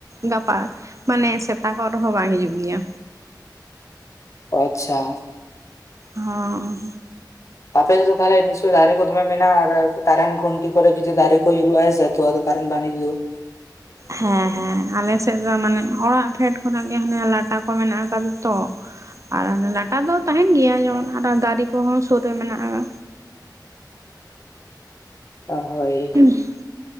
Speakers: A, on the right; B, on the left.
A: ᱜᱟᱯᱟ ᱢᱟᱱᱮ ᱥᱮᱛᱟᱠᱚᱜ ᱨᱮᱦᱚᱸ ᱵᱟᱝ ᱦᱤᱡᱩᱜ ᱜᱮᱭᱟ
B: ᱟᱪᱪᱷᱟ
A: ᱦᱚᱸ
B: ᱟᱯᱮ ᱥᱮᱫ ᱫᱚ ᱛᱟᱦᱞᱮ ᱱᱤᱥᱚᱭ ᱫᱟᱨᱮ ᱠᱚ ᱫᱚᱢᱮ ᱢᱮᱱᱟᱼᱟ ᱟᱨ ᱠᱟᱨᱮᱱ ᱠᱷᱩᱱᱴᱤ ᱠᱚᱨᱮ ᱡᱩᱫᱤ ᱫᱟᱨᱮ ᱠᱚ ᱭᱩᱨᱩᱜᱼᱟ ᱦᱮᱥᱮ ᱛᱚ ᱟᱫᱚ ᱠᱟᱨᱮᱱ ᱵᱟᱝ ᱦᱤᱡᱩᱜ
A: ᱦᱮ ᱦᱮ ᱟᱞᱮ ᱥᱮᱫ ᱫᱚ ᱢᱟᱱᱮ ᱚᱲᱟᱜ ᱯᱷᱮᱰ ᱠᱷᱚᱱᱟᱜ ᱜᱮ ᱦᱟᱱᱮ ᱞᱟᱴᱟ ᱠᱚ ᱢᱮᱱᱟᱜ ᱠᱟᱫᱟ ᱛᱚ ᱟᱨ ᱚᱱᱟ ᱞᱟᱴᱟ ᱫᱚ ᱛᱟᱦᱮᱸᱱ ᱜᱮᱭᱟ ᱡᱮᱢᱚᱱ ᱟᱨᱚ ᱫᱟᱨᱮ ᱠᱚᱦᱚᱸ ᱥᱩᱨ ᱨᱮ ᱢᱮᱱᱟᱜᱼᱟ
B: ᱚ ᱦᱳᱭ
A: <unintelligible>